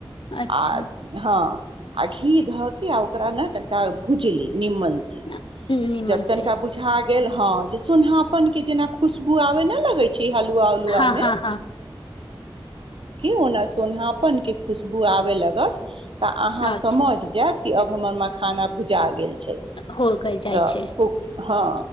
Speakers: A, on the left; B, on the right.
A: अच्छा
B: आ हँ आ घी धऽ के आ ओकरा ने तनिका भूजली निम्मन से
A: अ, नीमन
B: जब तनिका
A: से
B: बुझा गेल ह जे सोनहपन के जेना खुशबू आबे न लगे छैय की हलुआ उलुआ
A: हँ
B: में
A: हँ हँ
B: ओना सोनापन के खुशबू आबै लागत तऽ अहाँ समझि
A: अच्छा
B: जाएब अब हमर माँखाना भुजा गेल छैय
A: हो क जाइ
B: तऽ
A: छै
B: ओ हँ